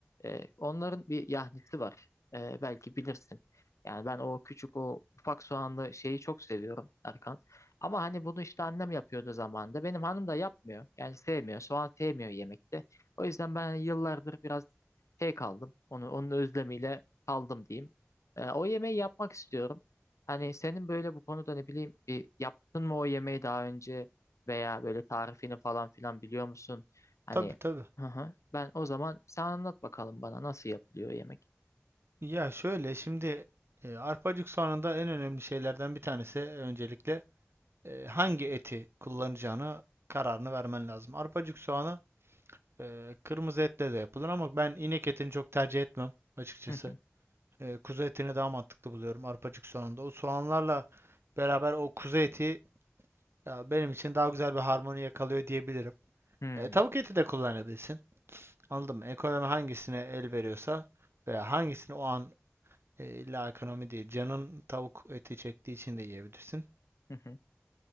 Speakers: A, on the left; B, on the right.
A: E, onların bir yahnisi var. E, belki bilirsin. Yani ben o küçük o ufak soğanlı şeyi çok seviyorum Erkan. Ama hani bunu işte annem yapıyordu zamanında. Benim hanım da yapmıyor. Yani sevmiyor. Soğan sevmiyor yemekte. O yüzden ben hani yıllardır biraz şey kaldım. Onu, onun özlemiyle kaldım diyeyim. E, o yemeği yapmak istiyorum. Hani senin böyle bu konuda ne bileyim bir yaptın mı o yemeği daha önce veya böyle tarifini falan filan biliyor musun? Hani
B: Tabii tabii.
A: hı hı. Ben o zaman sen anlat bakalım bana nasıl yapılıyor yemek.
B: Ya şöyle şimdi e, arpacık soğanında en önemli şeylerden bir tanesi öncelikle e, hangi eti kullanacağına kararını vermen lazım. Arpacık soğanı Ee, kırmızı etle de yapılır ama ben inek etini çok tercih etmem açıkçası.
A: Hı hı.
B: Ee, kuzu etini daha mantıklı buluyorum arpacık soğanında. O soğanlarla beraber o kuzu eti ya, benim için daha güzel bir harmoni yakalıyor diyebilirim.
A: Hı
B: Ee, tavuk eti de kullanabilirsin. Anladın mı? Ekonomi hangisine el veriyorsa veya hangisini o an e, illa ekonomi değil. Canın tavuk eti çektiği için de yiyebilirsin.
A: hı hı